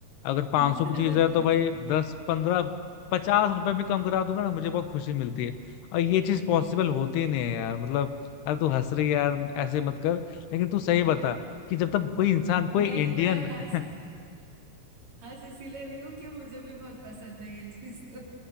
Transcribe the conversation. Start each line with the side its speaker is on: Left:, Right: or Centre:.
Left: अगर 500
Right: <laughs>
Left: सौ की चीज है तो भाई दस पंद्रह पचास रुपए भी कम करा दूंगा ना मुझे बहुत खुशी मिलती है और ये चीज पॉसिबल होती ही नहीं है यार मतलब यार तू हंस रही है यार ऐसे मत कर लेकिन तू सही बता कि जब तक कोई इंसान कोई
Right: नहीं
Left: इंडियन
Right: मैं हंस
Left: <laughs>
Right: हंस इसीलिए रही हूँ कि मुझे भी बहुत पसंद है ये चीज तो